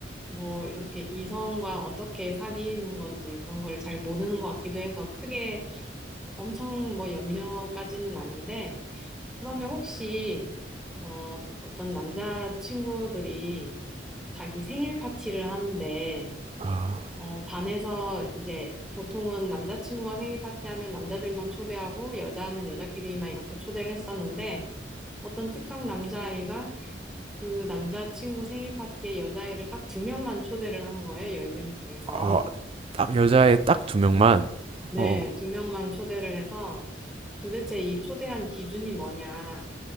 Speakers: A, in the centre; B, on the right.
A: 뭐 이렇게 이성과 어떻게 사귀는 건지 그런 걸 잘 모르는 것 같기도 해서 크게 엄청 뭐 염려까지는 아닌데, 그러면 혹시, 어, 어떤 남자친구들이 자기 생일 파티를 하는데,
B: 아,
A: 어, 반에서 이제 보통은 남자친구가 생일 파티하면 남자들만 초대하고 여자는 여자끼리만 이렇게 초대를 했었는데, 어떤 특정 남자아이가 그 남자친구 생일 파티에 여자애를 딱 두 명만 초대를 한 거예요. 열 명 중에서.
B: 아, 딱 여자애 딱 두 명만
A: 네,
B: 어,
A: 두 명만 초대를 해서 도대체 이 초대한 기준이 뭐냐.